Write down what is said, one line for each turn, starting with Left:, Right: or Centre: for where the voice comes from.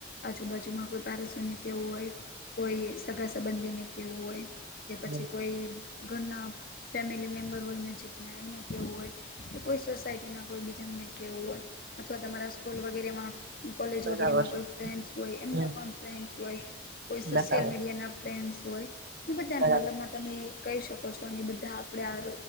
Left: આજુબાજુમાં કોઈ પડોશી ને કેવું હોય કોઈ સગા સંબંધીને કેવું હોય કે પછી
Right: હમ
Left: કોઈ ઘરના ફેમિલી મેમ્બર હોયને જીતનાયને કેવું હોય કે કોઈ સોસાયટી ના કોઈ બીજા એમને કેવું હોય અથવા તમારા સ્કૂલ વગેરેમાં, કોલેજ
Right: બરાબર
Left: વગેરેમાં કોઈ ફ્રેન્ડ્સ હોય એમને
Right: હમ
Left: પણ સોશિયલ
Right: બરાબર
Left: મીડિયાના ફ્રેન્ડ હોય, એ બધાને
Right: બરાબર
Left: મતલબ- - માં તમે કહી શકો છો, અને બધા આપણે આ